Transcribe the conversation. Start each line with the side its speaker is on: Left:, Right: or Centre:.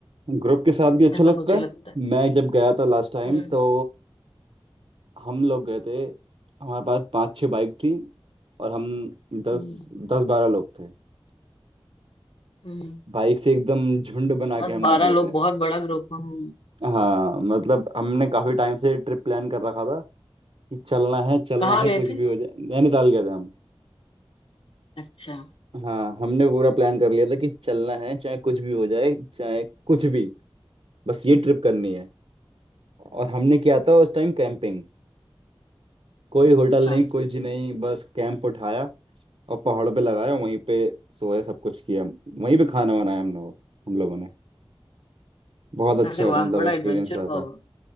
Right: ग्रुप के साथ भी अच्छा
Left: ऐसा
Right: लगता
Left: मुझे लगता
Right: है
Left: है
Right: मैं जब गया था लास्ट टाइम
Left: हम्म
Right: तो हम लोग गए थे हमारे पास पाँच छः बाइक थी और हम दस
Left: हम्म
Right: दस बारह लोग थे
Left: हम्म
Right: बाइक से एकदम झुंड बना
Left: बस
Right: के हम निकले
Left: बारह लोग
Right: थे
Left: बहुत बड़ा ग्रुप हम
Right: हाँ मतलब हमने काफी टाइम से ट्रिप प्लान कर रखा था कि चलना है चलना
Left: कहाँ
Right: है
Left: गए
Right: कुछ
Left: थे
Right: भी हो जाए नैनीताल गए थे हम
Left: अच्छा
Right: हाँ हमने पूरा प्लान कर लिया था कि चलना है चाहे कुछ भी हो जाए चाहे कुछ भी बस ये ट्रिप करनी है और हमने किया था उस टाइम कैंपिंग कोई होटल
Left: अच्छा
Right: नहीं कुछ नहीं बस कैंप उठाया और पहाड़ों पे लगाया वहीं पे सोए सब कुछ किया वहीं पे खाना बनाया हम लोग हम लोगों ने बहुत अच्छा
Left: अरे
Right: मतलब
Left: वाह बड़ा
Right: एक्सपीरियंस
Left: एडवेंचर
Right: रहा
Left: हुआ
Right: था
Left: होगा